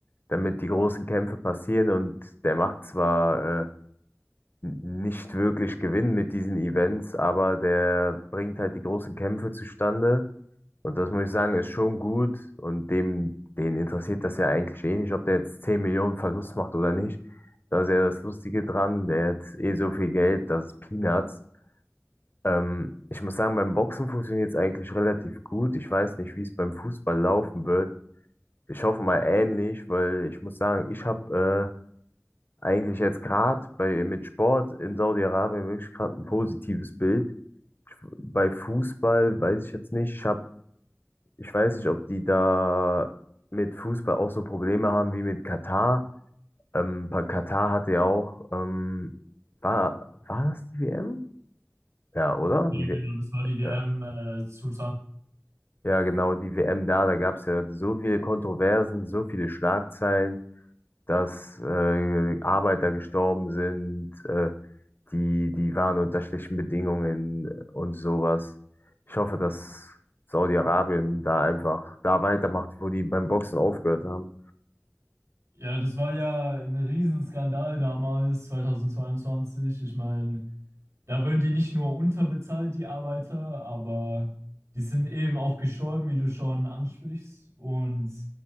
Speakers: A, on the left (about 45°); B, on the right (about 80°).
A: damit die großen Kämpfe passieren und der macht zwar äh, nicht wirklich Gewinn mit diesen Events, aber der bringt halt die großen Kämpfe zustande und das muss ich sagen, ist schon gut. Und dem, den interessiert das ja eigentlich eh nicht, ob der jetzt 10 Millionen Verlust macht oder nicht. Da ist ja das Lustige dran, der hat eh so viel Geld, das ist Peanuts. Ähm, ich muss sagen, beim Boxen funktioniert es eigentlich relativ gut. Ich weiß nicht, wie es beim Fußball laufen wird. Ich hoffe mal ähnlich, weil ich muss sagen, ich habe äh, eigentlich jetzt gerade bei mit Sport in Saudi-Arabien wirklich gerade ein positives Bild. Ich, bei Fußball weiß ich jetzt nicht. Ich habe ich weiß nicht, ob die da mit Fußball auch so Probleme haben wie mit Katar. Ähm, bei Katar hatte ja auch, ähm, war, war das die WM? Ja, oder?
B: Ja,
A: Die
B: genau,
A: W M,
B: das war die WM
A: ja.
B: äh, zu
A: Ja, genau, die WM da, da gab es ja so viele Kontroversen, so viele Schlagzeilen, dass äh, Arbeiter gestorben sind, äh, die, die waren unter schlechten Bedingungen und sowas. Ich hoffe, dass Saudi-Arabien da einfach da weitermacht, wo die beim Boxen aufgehört haben.
B: Ja, das war ja ein Riesenskandal damals, 2022. Ich meine, Da werden die nicht nur unterbezahlt, die Arbeiter, aber die sind eben auch gestorben, wie du schon ansprichst. Und